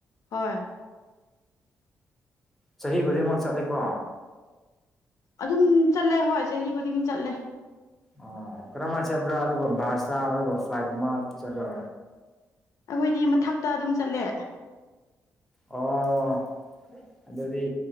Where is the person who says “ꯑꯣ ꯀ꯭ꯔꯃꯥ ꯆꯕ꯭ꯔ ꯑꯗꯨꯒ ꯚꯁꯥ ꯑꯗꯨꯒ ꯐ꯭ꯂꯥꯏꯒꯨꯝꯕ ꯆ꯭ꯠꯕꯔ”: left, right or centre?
Centre